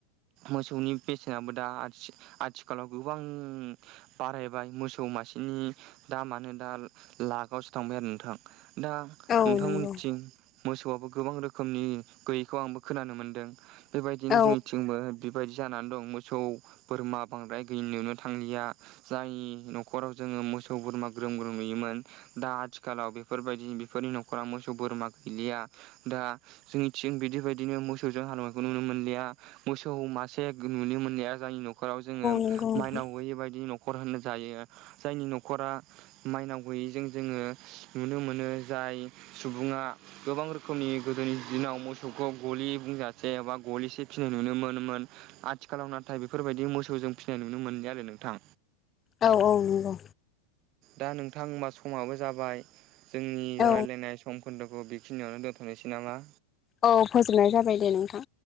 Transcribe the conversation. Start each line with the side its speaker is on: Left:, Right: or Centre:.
Right: मोसौनि बेसेनाबो दा आथिखालाव गोबां। बारायबाय मोसौ मासेनि दा मानो दा लाखआवसो थांबाय आरो नोंथां दा।
Left: औ
Right: नोंथांमोनथिं
Left: नंगौ
Right: मोसौआबो गोबां रोखोमनि गैयैखौ आंबो खोनानो मोनदों। बेबायदिनो
Left: औ
Right: जोंनिथिंबो। बेबायदि जानानै दं मोसौ बोरमा बांद्राय गैयि नुनो थांलिया। जाय न'खराव जोङो मोसौ बोरमा ग्रोम ग्रोम नुयोमोन। दा आथिखालाव बेफोरबायदि बेफोरनि न'खरा मोसौ बोरमा गैलिया दा। जोंनिथिं बिदिबायदिनो मोसौजों हालेवनायखौ नुनो मोनलिया। मोसौ मासे नुनो मोननाया जोंनि न'खराव जोङो
Left: नंगौ
Right: माइनाव
Left: नोंथां
Right: गैयै बायदि नखर' न'खर होनजायो जायनि न'खरा। माइनाव गैयैजों जोङो नुनो मोनो जाय सुबुङा गोबां रोखोम समनि गोदोनि दिनाव मोसौखौ गलि बुंजासे एबा गलिसे फिनाय नुनो मोनोमोन। आथिखालाव नाथाय बेफोर बायदि मोसौ जों फिनाय नुनो मोनलिया आरो नोंथां।
Left: औ औ नंगौ।
Right: दा नोंथां समाबो जाबाय जोंनि राय्लायनाय
Left: औ
Right: सम सम खोन्दोखौ बेखिनियावनो दोन्थ'नोसै नामा।
Left: औ फोजोबनाय जाबाय दे नोंथां।